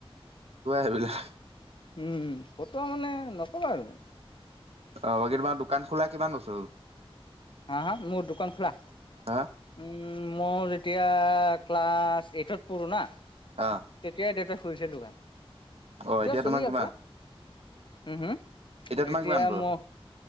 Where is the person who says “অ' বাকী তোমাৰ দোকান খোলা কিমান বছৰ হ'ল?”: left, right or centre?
Right